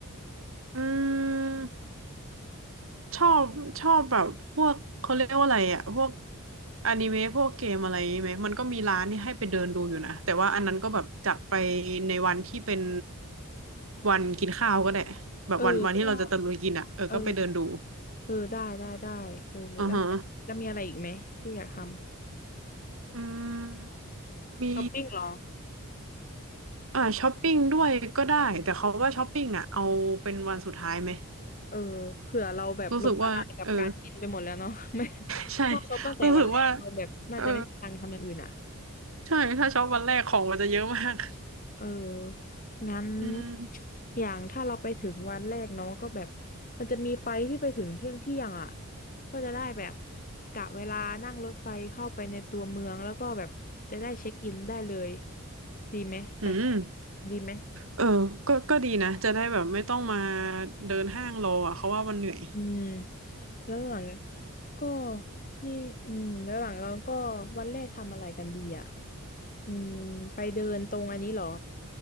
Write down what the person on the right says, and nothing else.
อืมชอบชอบแบบพวกเขาเรียกว่าอะไรอะพวกอนิเมะพวกเกมอะไรไหมมันก็มีร้านนี่ให้ไปเดินดูอยู่นะแต่ว่าอันนั้นก็แบบจัดไปในวันที่เป็นวันกินข้าวก็ได้แบบวันวันที่เราจะตะลุยกินอะเออก็ไปเดินดู
อ่าฮะอืมมี
อ่าช้อปปิ้งด้วยก็ได้แต่เขาว่าช้อปปิ้งอ่ะเอาเป็นวันสุดท้ายไหม
รู้สึกว่าเออ
<laughs> ใช่
รู้สึกว่าเออใช่ถ้าช็อปวันแรกของมันจะเยอะมาก
อืม
อืม
เออก็ก็ดีนะจะได้แบบไม่ต้องมาเดินห้างรออ่ะเขาว่ามันเหนื่อย